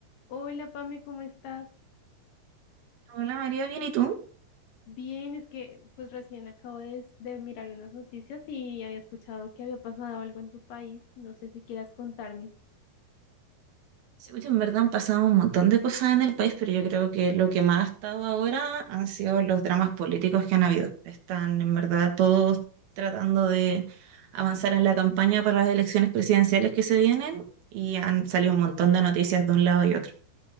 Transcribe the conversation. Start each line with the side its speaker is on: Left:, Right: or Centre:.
Left: Hola, Pame, ¿cómo estás?
Right: Hola María, bien, ¿y tú?
Left: Bien, es que pues recién acabo de, de mirar unas noticias y había escuchado que había pasado algo en tu país. No sé si quieras contarme.
Right: Sí, oye, en verdad han pasado un montón de cosas en el país, pero yo creo que lo que más ha estado ahora han sido los dramas políticos que han habido. Están en verdad todos tratando de avanzar en la campaña para las elecciones presidenciales que se vienen y han salido un montón de noticias de un lado y otro.